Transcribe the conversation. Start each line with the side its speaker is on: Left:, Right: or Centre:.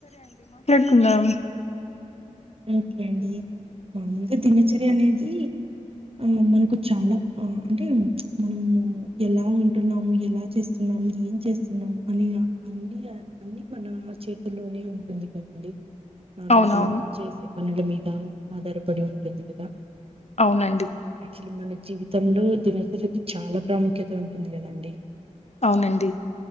Left: కుందాం
Right: ఓకే అండి మామూలుగా దినచర్య అనేది ఆ మనకు చాలా అంటే మనము ఎలా మనకు మ్మ్ ఆ మనకు చాలా అంటే మ్చ్ మనము ఎలా ఉంటున్నాము ఎలా చేస్తున్నాము ఏం చేస్తున్నాం అనే ఐడియా అన్ని మన చేతుల్లోనే ఉంటుంది కదండి నార్మల్
Left: అవునవును
Right: గా మనం చేస్ పనలు మీదా ఆధారపడి ఉంటంది కదా
Left: అవునండి
Right: చిలి మన జీవితంలో దినచరి చాలా ప్రాముఖ్యత ఉంటుంది కదండీ
Left: అవునండి